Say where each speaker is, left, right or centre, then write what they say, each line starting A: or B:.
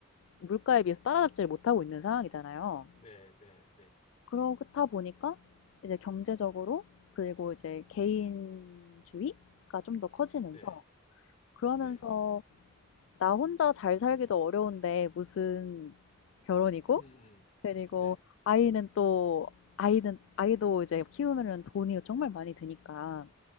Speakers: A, on the left; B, on the left.
A: 물가에 비해서 따라잡지를 못하고 있는 상황이잖아요.
B: 네. 네. 네.
A: 그렇다 보니까 이제 경제적으로 그리고 이제 개인주의가 좀 더 커지면서
B: 네.
A: 그러면서
B: 네.
A: 나 혼자 잘 살기도 어려운데 무슨 결혼이고
B: 음. 음.
A: 그리고
B: 네.
A: 아이는 또 아이는 아이도 이제 키우면은 돈이 정말 많이 드니까